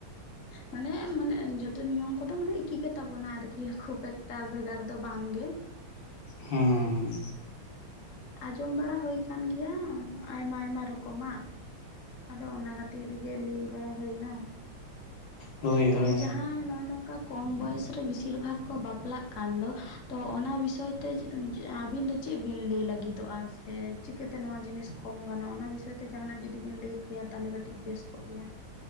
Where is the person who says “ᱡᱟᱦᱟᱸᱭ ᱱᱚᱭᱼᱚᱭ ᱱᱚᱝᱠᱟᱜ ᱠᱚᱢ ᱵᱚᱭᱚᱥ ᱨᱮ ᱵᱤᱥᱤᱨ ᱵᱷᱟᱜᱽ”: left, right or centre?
Left